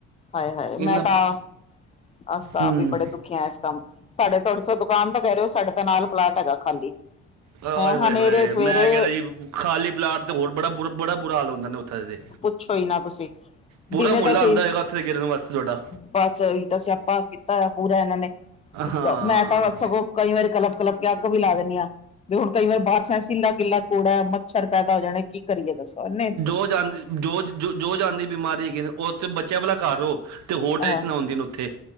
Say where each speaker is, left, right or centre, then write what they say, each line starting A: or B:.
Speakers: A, on the left; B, on the right.
A: ਹਾਏ-ਹਾਏ ਮੈਂ
B: ਇੰਨਾ
A: ਤਾਂ ਅਸੀ ਤਾਂ
B: ਹੂੰ
A: ਆਪ ਵੀ ਬੜੇ ਦੁਖੇ ਹਾ। ਇਸ ਟਾਇਮ ਸਾਡੇ ਡੇ ਚ ਦੁਕਾਨ ਦਾ ਕਹਿ ਰਹੇ ਹੋ। ਸਾਡੇ ਤਾਂ ਨਾਲ ਪਲਾਟ ਹੈਗਾ ਖਾਲੀ।
B: ਆ
A: ਹੈਂ
B: ਹੋਏ-ਹੋਏ
A: ਹਨੇਰੇ ਸਵੇਰੇ
B: ਮੈਂ ਕਹਿ ਰਿਹਾ ਜੀ ਖਾਲੀ ਪਲਾਟ ਤੇ ਹੋਰ ਬੜਾ ਬੂਰਾ ਬੜਾ ਬੁਰਾ ਹਾਲ ਹੁੰਦਾ ਨੇ ਉੱਥੇ
A: ਪੁੱਛੋ ਹੀ ਨਾ ਤੁਸੀਂ
B: ਪੂਰਾ
A: ਦਿਨੇ
B: ਮੁੱਲ
A: ਦਾ
B: ਆਂਦਾ
A: ਸੀ
B: ਹੋਏਗਾ ਉੱਥੇ ਦੇ ਗਿਰਨ ਵਾਸਤੇ ਤੁਹਾਡਾ
A: ਬਸ ਇਹੀ ਤਾਂ ਸਿਆਪਾ ਕੀਤਾ ਆ ਪੂਰਾ ਇਹਨਾਂ ਨੇ
B: ਹਾਂ
A: ਮੈਂ ਤਾਂ ਸਗੋਂ ਕਈ ਵਾਰੀ ਕਲੱਪ-ਕਲੱਪ ਕੇ ਅੱਗ ਵੀ ਲਾ ਦਿੰਦੀ ਹਾਂ। ਤੇ ਹੁਣ ਕਈ ਵਾਰ ਬਾਰਿਸ਼ਾਂ ਸੀਲਾ-ਗਿਲਾ ਕੂੜਾ ਮੱਛਰ ਪੈਦਾ ਹੋ ਜਾਣਾ ਕੀ ਕਰੀਏ ਦੱਸੋ। ਇਹਨੇ
B: ਉਹ ਜਾਂ ਜੋ ਜੋ ਜੋ ਜਾਂਦੀ ਬਿਮਾਰੀ ਹੈ ਕਿ ਉਥੇ ਬੱਚਿਆਂ ਵਾਲਾ ਘਰ ਹੋ ਤੇ ਹੋਰ ਟੈਂਸ਼ਨ
A: ਹਾਂ
B: ਹੁੰਦੀ ਨ ਉੱਥੇ,